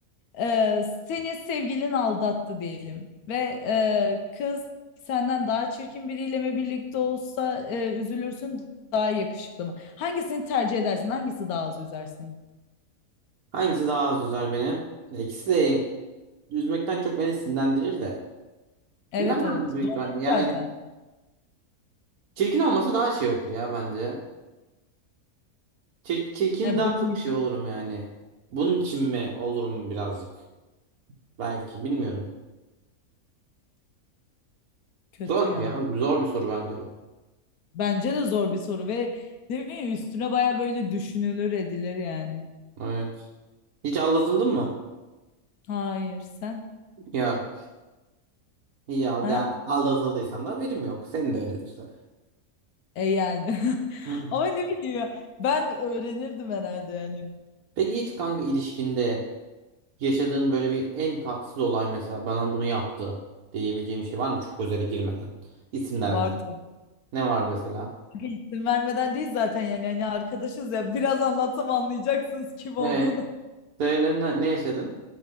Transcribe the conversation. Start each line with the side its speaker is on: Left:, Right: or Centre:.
Left: Ee, seni sevgilin aldattı diyelim ve e, kız senden daha çirkin biriyle mi birlikte olsa e, üzülürsün daha yakışıklı mı? Hangisini tercih edersin? Hangisi daha az üzer seni?
Right: Hangisi daha az üzer benim? Ya ikisi de üzmekten çok beni sinirlendirir de.
Left: Evet
Right: Sinirlenmem
Left: evet
Right: de büyük
Left: doğru
Right: ihtimalle. Yani
Left: zaten.
Right: çirkin olması daha şey olur ya bence. Çir- çirkin
Left: He,
Right: daha
Left: bu da
Right: çok
Left: bir-
Right: şey olurum yani. Bunun için mi olurum birazcık? Belki bilmiyorum.
Left: kötü
Right: Zor
Left: ya.
Right: bir ya. Zor bir soru bence bu.
Left: Bence de zor bir soru ve ne bileyim üstüne baya böyle düşünülür edilir yani.
Right: Evet. Hiç aldatıldın mı?
Left: Hayır sen?
Right: Yok. İyi al
Left: Ha?
Right: yani aldatıldıysan da haberim yok. Senin de öyledir tabii.
Left: E yani. <laughs>
Right: <laughs>
Left: Ama ne bileyim ya ben öğrenirdim herhalde yani.
Right: Peki hiç kanka ilişkinde yaşadığın böyle bir en tatsız olay mesela bana bunu yaptı diyebileceğim bir şey var mı? Çok özele girmeden. İsim de
Left: Var
Right: vermeden.
Left: tabii.
Right: Ne var mesela?
Left: İsim vermeden değil zaten yani yani arkadaşız ya biraz anlatsam anlayacaksınız kim olduğunu.
Right: He, söyle ne, ne yaşadın?